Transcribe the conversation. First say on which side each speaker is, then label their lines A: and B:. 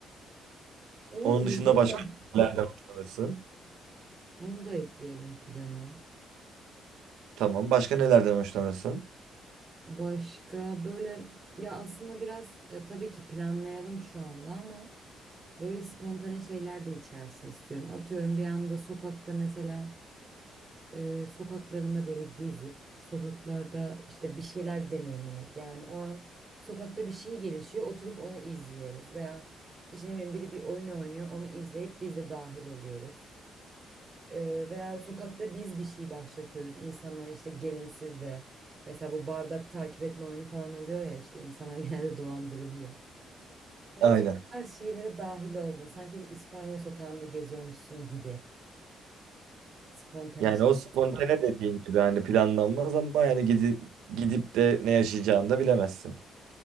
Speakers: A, on the right; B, on the right.
A: Olabilir
B: Onun dışında
A: bunu
B: başka
A: da
B: nelerden hoşlanırsın?
A: bunu da ekleyelim plana.
B: Tamam. Başka nelerden hoşlanırsın?
A: Başka böyle ya aslında biraz e, tabii ki planlayalım şu anda ama böyle spontane şeyler de içersin istiyorum. Atıyorum bir anda sokakta mesela e, sokaklarında böyle gezip sokaklarda işte bir şeyler deneyimlemek. Yani o an sokakta bir şey gelişiyor, oturup onu izliyoruz veya işte ne bileyim biri bir oyun oynuyor, onu izleyip biz de dahil oluyoruz. E, veya sokakta biz bir şey başlatıyoruz. İnsanlar işte gelin siz de mesela bu bardak takip etme oyunu falan oluyor ya işte insanlar <laughs> genelde dolandırılıyor. Hani
B: Aynen.
A: mesela bu tarz şeylere dahil oldun. Sanki bir İspanya sokağında geziyormuşsun gibi. Spontane
B: Yani o spontane dediğin gibi hani planlanmaz ama yani gidi, gidip de ne yaşayacağını da bilemezsin.